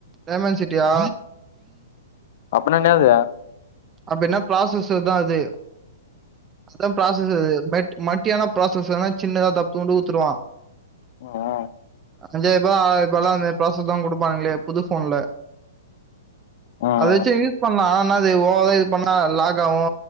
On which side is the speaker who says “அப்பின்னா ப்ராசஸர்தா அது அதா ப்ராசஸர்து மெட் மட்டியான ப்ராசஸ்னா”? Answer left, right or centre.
Right